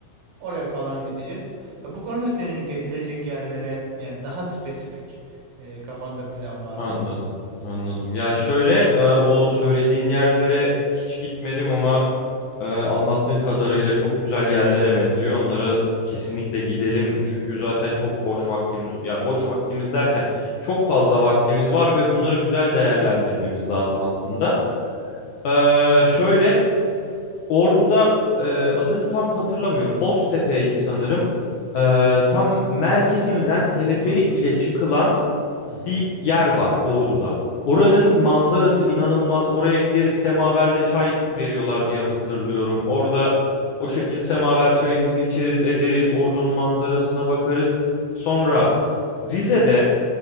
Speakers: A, on the right (about 65°); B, on the left (about 70°).
A: Oraya falan gideceğiz. Ya bu konuda senin gezilecek yerlere yani daha spesifik e, kafanda plan var
B: Anladım,
A: mı?
B: anladım. Ya şöyle e, o söylediğin yerlere hiç gitmedim ama e, anlattığın kadarıyla çok güzel yerlere benziyor. Onlara kesinlikle gidelim çünkü zaten çok boş vaktimiz ya boş vaktimiz derken çok fazla vaktimiz var ve bunları güzel değerlendirmemiz lazım aslında. E, şöyle Ordu'da e, adını tam hatırlamıyorum. Boztepe'ydi sanırım. E, tam merkezinden
A: Evet.
B: teleferik
A: Boztepe.
B: ile çıkılan
A: Hı hı.
B: bir yer var Ordu'da. Oranın manzarası inanılmaz. Oraya gideriz semaverle çay veriyorlar diye hatırlıyorum. Orada o şekilde semaver çayımızı içeriz ederiz. Ordu'nun manzarasına bakarız. Sonra Rize'de